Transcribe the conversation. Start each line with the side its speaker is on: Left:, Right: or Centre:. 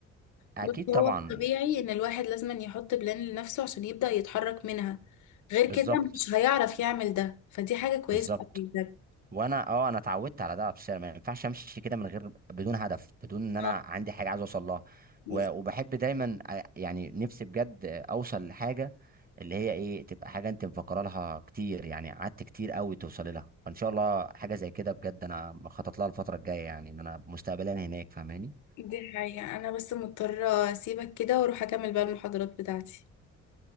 Right: اكيد
Left: بس هو
Right: طبعا
Left: طبيعي ان الواحد لازم يحط بلان لنفسه عشان يبدأ يتحرك منها غير
Right: بالظبط
Left: كده مش هيعرف يعمل ده فدي حاجة كويسة
Right: بالظبط
Left: أوي بجد
Right: وانا اه انا اتعودت على ده في الشارع ما ينفعش امشي كده من غير بدون هدف بدون ان انا
Left: آه،
Right: عندي حاجه عايز اوصل لها
Left: بس-
Right: و- وبحب دايما أ- يعني نفسي بجد اوصل لحاجه اللي هي ايه تبقى حاجه انت مفكره لها كتير يعني قعدت كتير قوي توصلي لها فان شاء الله حاجه زي كده بجد انا مخطط لها الفتره الجايه يعني ان انا مستقبلا هناك فاهماني
Left: دي حقيقة انا بس مضطرة اسيبك كده واروح اكمل بقى المحاضرات بتاعتي